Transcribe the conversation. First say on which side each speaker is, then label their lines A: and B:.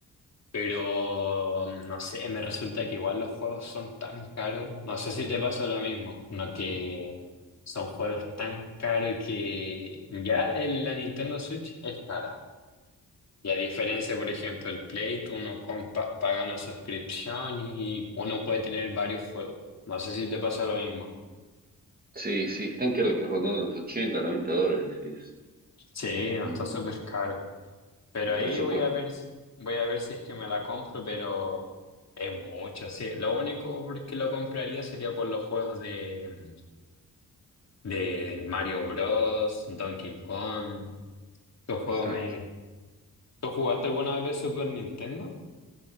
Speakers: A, on the left; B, on the right.
A: Pero mm, no sé, me resulta que igual los juegos son tan caros. No sé si te pasa lo mismo, no que son juegos tan caros que ya el- la Nintendo Switch es cara. Y a diferencia, por ejemplo, el Play, tú uno compa- paga una suscripción y uno puede tener varios juegos. No sé si te pasa lo mismo.
B: Sí, sí, están creo que rondando los 80, 90 dólares, es
A: Sí, no
B: un,
A: está súper caro. Pero
B: un
A: ahí
B: presupuesto,
A: voy a ver, si- voy a ver si es que me la compro, pero es mucho, sí. Lo único por que lo compraría sería por los juegos de, de Mario Bros, Donkey Kong. ¿Tu juego
B: exacto.
A: me... ¿Tú jugaste alguna vez Super Nintendo?